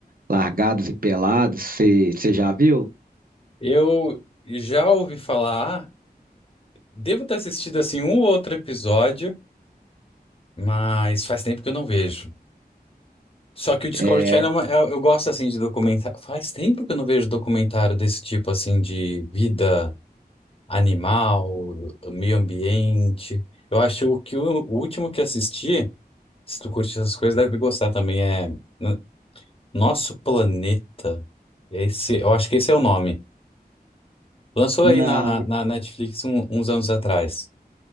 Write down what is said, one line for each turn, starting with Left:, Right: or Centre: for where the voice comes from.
Right: Largados e Pelados, você já viu?
Left: Eu já ouvi falar, devo ter assistido assim um ou outro episódio, mas faz tempo que eu não vejo. Só que o Discovery
Right: É,
Left: Channel, é uma- eu eu gosto assim de documentário. Faz tempo que eu não vejo documentário desse tipo assim de vida. animal, meio ambiente. Eu acho o que o, o último que assisti, se tu curte essas coisas, deve gostar também, é N- Nosso Planeta. Esse, eu acho que esse é o nome. Lançou
Right: não,
Left: aí na, na Netflix um- uns anos atrás.